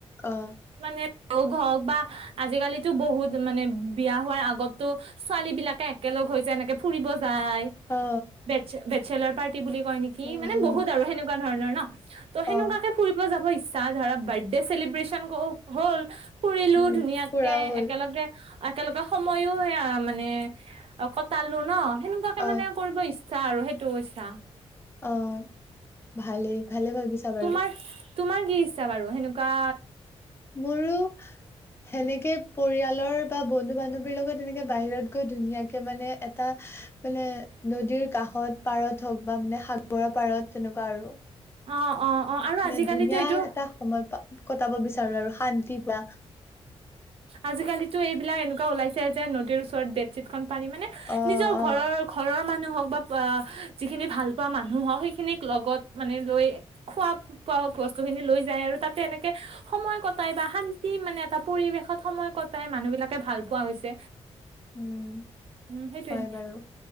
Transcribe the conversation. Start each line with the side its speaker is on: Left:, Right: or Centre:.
Left: অ
Right: মানে ত ঘৰক বা আজিকালি বহুত মানে বিয়া হোৱাৰ আগতো ছোৱালী বিলাকে একেলগ হৈ যায় এনেকে ফুৰিব যায়।
Left: অ
Right: বেচ্ছে বেচ্ছে চেলা পাই বুলি কয় নেকি?
Left: উম
Right: মানে
Left: উম
Right: বহুত আৰু সেনেকোৱা ধৰণৰ ন? ত' সেনেকোৱাকে
Left: অ
Right: ফুৰিব যাব ইচ্ছা ত ধৰা বাৰ্থডে চেলিব্ৰচন হ'ল। ফুৰিলো
Left: উম
Right: ধুনীয়াকে,
Left: ফুৰাও হ'ল
Right: একেলগে একেলগে সময়ো সেয়া মানে কটালো ন! সেনেকোৱাকে
Left: অ
Right: মানে কৰিব ইচ্ চা আৰু সেই দোছা
Left: অহ। ভালেই ভালে ভাবিছা বাৰু।
Right: তোমাৰ তোমাৰ কি ইচ্ছা বাৰু? সেনেকোৱা
Left: মোৰো সেনেকে পৰিয়ালৰ বা বন্ধু বান্ধৱীৰ লগত এনেকে বাহিৰত গৈ ধুনীয়াকে মানে এটা মানে নদীৰ কাষত- পাৰত হওক বা মানে সাগৰৰ পাৰত, তেনেকোৱা আৰু।
Right: অ অ। আৰু
Left: নে
Right: আজিকালিতো
Left: ধুনীয়া
Right: এইটো
Left: এটা সময় কটাব বিচাৰ আৰু শান্তিৰ পোৰা
Right: আজিকালিতো এইবিলাক এনেকোৱা ওলাইছে যে নদীৰ ওচৰত বেডশ্বীট খন পাৰি মানে
Left: অ
Right: নিজৰ
Left: অ
Right: ঘৰৰ ঘৰৰ মানুহ হওক বা যিখিনি ভাল পোৱা মানুহ হওক। সেইখিনিক লগত মানে লৈ খোৱা-খোৱা বস্তু খিনি লৈ যায় আৰু তাতে এনেকে সময় কটাই বা শান্তি মানে এটা পৰিৱেশত সময় কটাই মানুহ বিলাকে ভাল পোৱা হৈছে।
Left: উম,
Right: উম সেইটোয়ে
Left: হয় বাৰু।